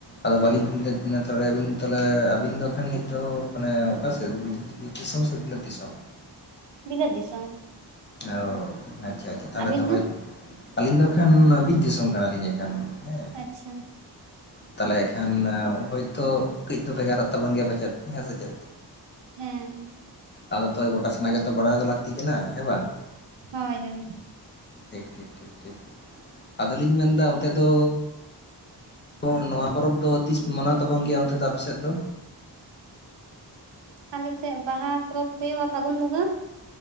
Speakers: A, on the left; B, on the right.
A: ᱟᱫᱚ ᱵᱟᱞᱤᱧ ᱠᱩᱞᱤ ᱞᱮᱫ ᱵᱤᱱᱟ ᱛᱟᱦᱚᱞᱮ ᱛᱟᱦᱮ ᱟᱹᱵᱤᱱ ᱫᱚ ᱠᱷᱟᱱ ᱱᱤᱛ ᱫᱚ ᱢᱟᱱᱮ ᱚᱠᱟᱥᱮᱫ ᱫᱤᱥᱚᱢ <unintelligible> ᱜᱮᱞᱮ ᱫᱤᱥ ᱫᱤᱥᱚᱢ
B: ᱵᱤᱞᱟᱹᱫ ᱫᱤᱥᱚᱢ
A: ᱚ ᱟᱪᱪᱷᱟ ᱟᱪᱪᱷᱟ ᱛᱟᱦᱚᱞᱮ
B: ᱟᱹᱵᱤᱱ
A: ᱫᱚᱦᱚᱭ
B: ᱫᱚ
A: ᱟᱹᱞᱤᱧ ᱫᱚ ᱮᱠᱷᱟᱱ ᱵᱤᱫᱽ ᱫᱤᱥᱚᱢ ᱠᱟᱱᱟᱞᱤᱧ ᱮᱱᱠᱷᱟᱱ ᱦᱮᱸ
B: ᱟᱪᱪᱷᱟ
A: ᱛᱟᱦᱞᱮ ᱮᱠᱷᱟᱱ ᱦᱚᱳᱭᱛᱳ ᱠᱟᱹᱡ ᱫᱚ ᱵᱷᱮᱜᱟᱨᱚᱜ ᱛᱟᱵᱚᱱ ᱜᱮᱭᱟ ᱯᱟᱪᱮᱫ ᱦᱮᱸ ᱥᱮ ᱪᱮᱫ
B: ᱦᱮᱸ
A: ᱟᱫᱚ ᱛᱚᱵᱮ ᱜᱚᱴᱟ ᱥᱮᱱᱟᱜ ᱜᱮᱛᱚ ᱵᱟᱲᱟᱭ ᱫᱚ ᱞᱟᱹᱠᱛᱤ ᱠᱟᱱᱟ ᱦᱮᱸ ᱵᱟᱝ
B: ᱦᱳᱭ ᱦᱳᱭ
A: ᱴᱷᱤᱠ ᱴᱷᱤᱠ ᱴᱷᱤᱠ ᱟᱫᱚᱞᱤᱧ ᱢᱮᱱᱫᱟ ᱚᱱᱛᱮ ᱫᱚ ᱛᱚ ᱱᱚᱣᱟ ᱯᱚᱨᱚᱵᱽ ᱫᱚ ᱛᱤᱥ ᱢᱟᱱᱟᱣ ᱛᱟᱵᱚᱱ ᱜᱮᱭᱟ ᱚᱱᱛᱮ ᱫᱚ ᱟᱯᱮᱥᱮᱫ ᱫᱚ?
B: ᱟᱞᱮ ᱥᱮᱫ ᱵᱟᱦᱟ ᱯᱚᱨᱚᱵ ᱦᱩᱭᱩᱜᱼᱟ ᱯᱷᱟᱜᱩᱱ ᱵᱚᱸᱜᱟ᱾